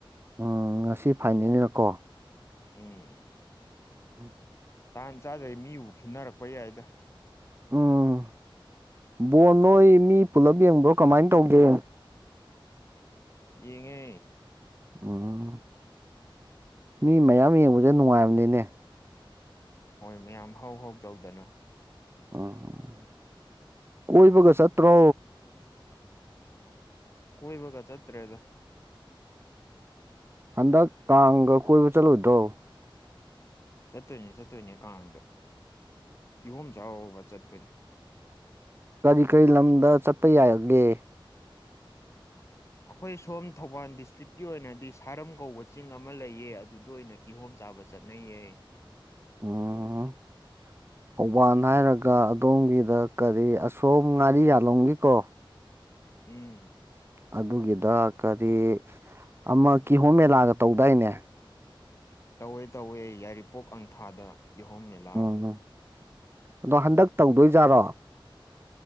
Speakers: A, on the right; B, on the left.
A: ꯎꯝ ꯉꯁꯤ ꯐꯥꯏꯅꯦꯜꯅꯀꯣ
B: ꯎꯝ
A: ꯎꯝ
B: ꯇꯥꯟ ꯆꯥꯗꯩ ꯃꯤꯕꯨ ꯐꯨꯅꯔꯛꯄ ꯌꯥꯏꯗ
A: ꯎꯝ ꯕꯣ ꯅꯣꯏ ꯃꯤ ꯄꯨꯂꯞ ꯌꯦꯡꯕ꯭ꯔꯣ ꯀꯃꯥꯏꯅ ꯇꯧꯒꯦ
B: ꯌꯦꯉ
A: ꯎꯝ ꯃꯤ ꯃꯌꯥꯝ ꯌꯦꯡꯕꯁꯦ ꯅꯨꯡꯉꯥꯏꯕꯅꯤꯅꯦ
B: ꯍꯣꯏ ꯃꯌꯥꯝ ꯍꯧ ꯍꯧꯥꯎ ꯇꯧꯗꯅ
A: ꯎꯝ ꯀꯣꯏ ꯄꯈꯠ ꯁꯠꯇ꯭ꯔꯣ
B: ꯀꯣꯏ ꯕ ꯆꯠꯇ꯭ꯔꯦꯗ
A: ꯍꯟꯗꯛ ꯀꯥꯡꯒ ꯀꯣꯏꯕ ꯆꯠꯂꯨꯗ꯭ꯔꯣ
B: ꯆꯠꯇꯣꯏꯅꯦ ꯆꯠꯇꯣꯏꯅꯦ ꯀꯥꯡꯗ ꯀꯤꯍꯣꯝ ꯆꯥꯎꯕ ꯆꯠꯇꯣꯏꯅꯦ
A: ꯀꯔꯤ ꯀꯔꯤ ꯂꯝꯗ ꯆꯠꯄ ꯌꯥꯏꯒꯦ
B: ꯑꯩꯈꯣꯏ ꯁꯣꯝ ꯊꯧꯕꯥꯜ ꯗꯤꯁꯇ꯭ꯔꯤꯛꯀꯤ ꯑꯣꯏꯅꯗꯤ ꯁꯥꯔꯝ ꯀꯧꯕ ꯆꯤꯡ ꯑꯃ ꯂꯩꯌꯦ ꯑꯗꯨꯗ ꯑꯣꯏꯅ ꯀꯤꯍꯣꯝ ꯆꯥꯕ ꯆꯠꯅꯩꯌꯦ
A: ꯑꯣ ꯊꯧꯕꯥꯜ ꯍꯥꯏꯔꯒ ꯑꯗꯣꯝꯒꯤꯗ ꯀꯔꯤ ꯑꯁꯣꯝ ꯉꯥꯔꯤ ꯌꯥꯜꯂꯝꯒꯦꯀꯣ
B: ꯎꯝ
A: ꯑꯗꯨꯒꯤꯗ ꯀꯔꯤ ꯑꯃ ꯀꯤꯍꯣꯝ ꯃꯦꯂꯥꯒ ꯇꯧꯗꯥꯏꯅꯦ
B: ꯇꯧꯋꯦ ꯇꯧꯋꯦ ꯌꯥꯏꯔꯤꯄꯣꯛ ꯑꯪꯊꯥꯗ ꯀꯤꯍꯣꯝ ꯃꯦꯂꯥ
A: ꯎꯝ ꯑꯗꯣ ꯍꯟꯗꯛ ꯇꯧꯗꯣꯏꯖꯥꯔꯣ